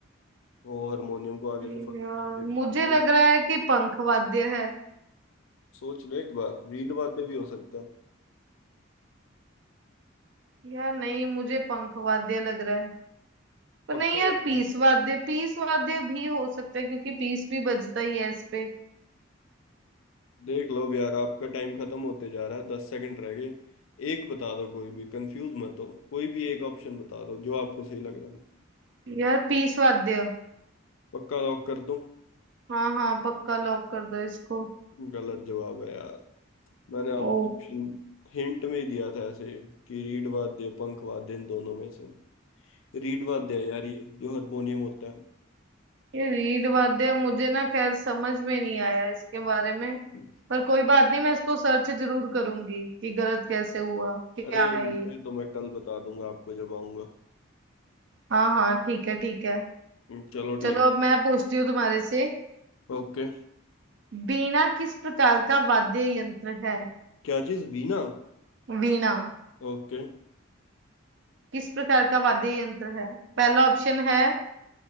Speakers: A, on the left (about 80°); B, on the right (about 60°).
A: वो हारमोनियम को आगे
B: यार
A: से पकड़ लिया फिर
B: मुझे
A: पंख
B: लग रहा है कि पंख वाद्य है
A: सोच लो एक बार रीड वाद्य भी हो सकता है
B: यार नहीं मुझे पंख वाद्य लग रहा है पर
A: पक्का
B: नहीं यार
A: बताओ।
B: पीस वाद्य पीस वाद्य भी हो सकता है क्योंकि पीस भी बजता ही है इस पे
A: देख लो अब यार आपका टाइम खत्म होते जा रहा है दस सेकंड रह गए एक बता दो कोई भी कंफ्यूज मत हो कोई भी एक ऑप्शन बता दो जो आपको सही लग रहा है
B: यार पीस वाद्य
A: पक्का लॉक कर दूं
B: हाँ हाँ पक्का लॉक कर दो इसको
A: गलत जवाब है यार मैंने आपको
B: ओ
A: ऑप्शन हिंट में ही दिया था ऐसे कि रीड वाद्य पंख वाद्य इन दोनों में से रीड वाद्य है यार ये जो हारमोनियम होता
B: ये रीढ़ वाद्य मुझे ना खैर समझ में नहीं आया इसके बारे में
A: है
B: पर कोई बात नहीं मैं इसको सर्च जरूर करूंगी कि गलत कैसे हुआ क्या
A: अरे
B: है ये
A: मैं तो मैं कल बता दूंगा आपको जब आऊंगा
B: हाँ हाँ ठीक है ठीक है
A: हम्म, चलो
B: चलो
A: ठीक है
B: अब मैं पूछती हूँ तुम्हारे से
A: ओके
B: वीणा किस प्रकार का वाद्य यंत्र है
A: क्या चीज वीणा
B: वीणा
A: ओके
B: किस प्रकार का वाद्य यंत्र है पहला ऑप्शन है